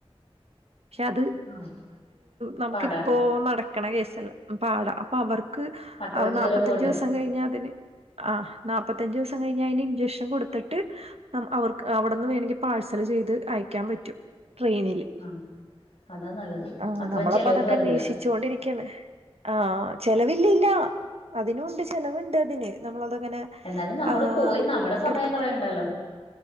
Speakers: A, on the right; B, on the left.
A: പക്ഷെ അത്
B: ആ
A: നമുക്കിപ്പോ
B: പാടാണ്
A: നട ക്കണ കേസ്സല്ല അത് പാടാ അപ്പ അവർ ക്ക്
B: അത്രയും
A: അപ്പ
B: ദൂരെ
A: നാപ്പത്തഞ്ച്ദിവസം
B: പോകണ്ടേ
A: കഴിഞ്ഞ അതിന് ആ നാപ്പത്തഞ്ച് ദിവസം കഴിഞ്ഞ അയിന് ഇഞ്ചെക്ഷൻ കൊട്ത്ത് ട്ട് അവർക്ക് അവിട്ന്ന് വേണങ്കി പാഴ് സല് ചെയ്ത് അയക്കാൻ പറ്റും ട്രെയിനില്.
B: ആ അതാ നല്ലത്
A: ആ
B: അത്രയും
A: നമ്മളപ്പതക്കെ
B: ചെലവും വരില്ല
A: അന്വേഷിച്ച് കൊണ്ടിരിക്കാണ്. ആ ചെലവില്ലില്ല അതിനുണ്ട് ചെലവ് ണ്ട് അതിന് നമ്മൾ അത് അങ്ങനെ
B: എന്നാലും നമ്മള്
A: ആ
B: പോയി നമ്മുടെ സമയം
A: എടുക്കുന്നു.
B: കളയണ്ടല്ലോ